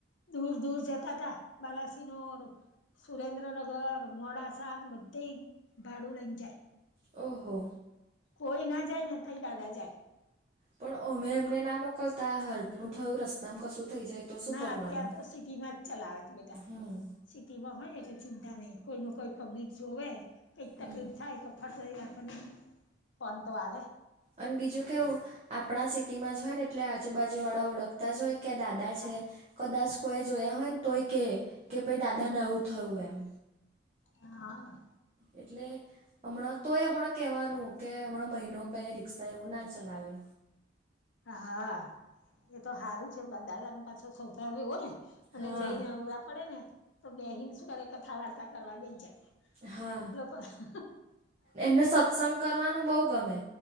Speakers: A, on the left; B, on the right.
A: દૂર દૂર જતા તા બાલાસીનોર સુરેન્દ્રનગર, મોડાસા બધે ભાડું લઇ જાય.
B: ઓહો!
A: કોઈ ના જાય ને તઈ દાદા જાય.
B: પણ અમે એમને ના મોકલતા હારુ નું થયું રસ્તામાં કશું થઈ જાય. તો શું
A: ના
B: કરવાનું
A: અત્યારે તો સિટીમાં જ ચલાવે છે બેટા.
B: હમ
A: સિટીમાં હોય એટલે ચિંતા નહી કોઈ ને કોઈ પબ્લિક જેવુ કંઈક તકલીફ
B: હમ
A: થાય તો ફટ દઈને આ પણે ફોનતો આવે.
B: અને બીજું કેવું આપણા સિટીમાં જ હોય ને એટલે આજુબાજુ વાળા ઓળખતા જ હોય કે દાદા
A: હા
B: છે. કદાચ કોઈએ જોયા હોય ને તોય કહે કે ભાઈ દાદા નવું થયું એમ.
A: હા
B: એટલે, હમણાં તોય હમણાં કેહેવાનું કે હમણાં મહિનો કઈ રિક્ષા એવું ના ચલાવે.
A: હા એ તો સારું છે દાદાને પાછો સ્વભાવ એવો ને? અને
B: હા
A: જઈને અવરા પડે ને તો બેહીન સુ કરે કથા વાર્તા કરવા બેસી જાય.
B: હા
A: લો બસ,
B: એમને સત્સંગ કરવાનું બહુ ગમે